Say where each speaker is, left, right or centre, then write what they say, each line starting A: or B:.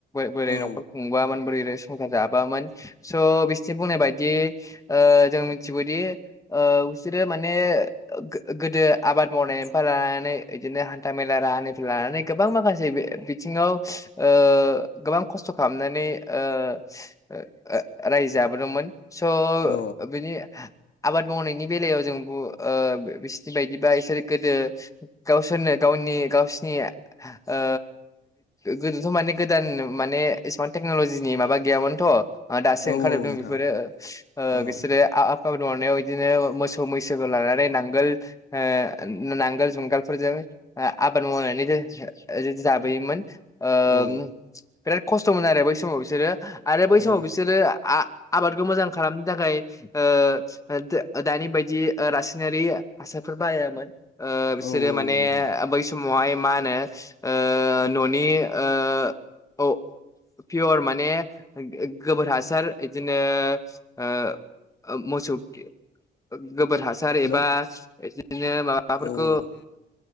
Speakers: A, on the left; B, on the left.
A: बोरै
B: औ
A: न'खर खुंबोआमोन बोरै संसार जाबोयामोन स' बिसोरनि बुंनाय बायदियै ओ जों मिथिगौदि ओ बिसोरो माने गो-गोदो आबाद मावनाय फ्राय लानानै इदिनो हान्था मेला राहानिफ्राय लानानै गोबां माखासे बि-बिथिङाव ओ गोबां खस्थ' खालामनानै ओ ओ ओ रायजो जाबोदोंमोन। स'
B: औ
A: बिनि आबाद मावनायनि बेलायाव जों बु ओ <unintelligible> बिसोरनि बायदिबा बिसोर गोदो गावसोरनो गाव <unintelligible> गावसिनि ओ <unintelligible> गोदोथ' माने गो दान माने इसेबां टेकनल'जिनि माबा गैयामोनथ'। दासो
B: अ
A: ओंखारजोबदों
B: औ औ नोंथां
A: बेफोरो ओ
B: औ
A: बिसोरो <unintelligible> <unintelligible> मावनायाव इदिनो मोसौ मैसोखौ लानानै नांगोल ओ नांगोल जुंगालफोरजों आ आबाद मावनानै <unintelligible> जाबोयोमोन। ओम
B: अ औ
A: बिराद खस्थ'मोन आरो बै समाव बिसोरो आरो बै समाव
B: औ
A: बिसोरो आ आबादखौ मोजां खालामनो थाखाय ओ ओ दा दानि बायदि ओ रासायनारि हासार बायामोन ओ बिसोरो
B: औ औ
A: माने
B: नोंथां
A: बै समावहाय मा होनो ओ न'नि बे ओ औ पियर माने गो-गोबोर हासार इदिनो ओ ओ मोसौ <unintelligible> गोबोर हासार एबा
B: हेल' औ
A: इदिनो माबाफोरखौ
B: औ